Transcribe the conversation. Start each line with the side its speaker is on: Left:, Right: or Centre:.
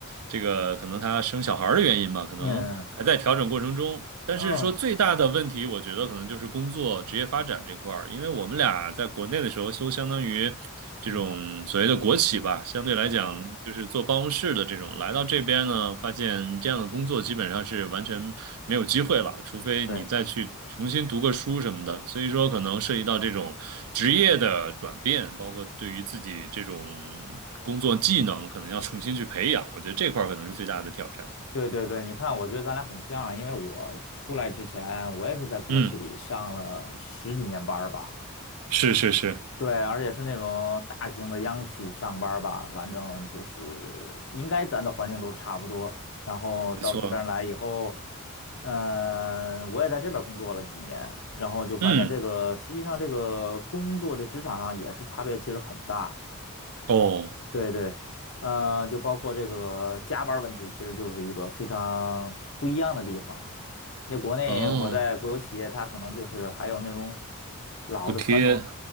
Right: 这个可能她生小孩儿的原因吧，可能还在调整过程中。
Left: 嗯嗯
Right: 但是说最大的问题，
Left: 嗯啊。
Right: 我觉得可能就是工作职业发展这块儿，因为我们俩在国内的时候都相当于。这种所谓的国企吧，
Left: 嗯
Right: 相对来讲就是做办公室的这种，来到这边呢，发现这样的工作基本上是完全没有机会了，除非你再去重新读个书什么的。
Left: 对
Right: 所以说，可能涉及到这种职业的转变，包括对于自己这种工作技能，可能要重新去培养。我觉得这块儿可能是最大的挑战。
Left: 对对对，你看，我觉得咱俩很像啊，因为我出来之前，我也是在国企里上了十几年班儿吧，
Right: 嗯，是是是，
Left: 对，而且是那种大型的央企上班儿吧，反正就是应该咱的环境都差不多。然后到这边儿来以后，
Right: 没错。
Left: 嗯、我也在这边儿工作了几年，然后就发现这个实际上这个工作的职场上也是差别其实很大。
Right: 嗯，哦
Left: 对对，呃，就包括这个加班儿问题，其实就是一个非常不一样的地方。那国内我在国有企业，
Right: 哦，
Left: 它可能就是还有那种老的传统，
Right: 补贴，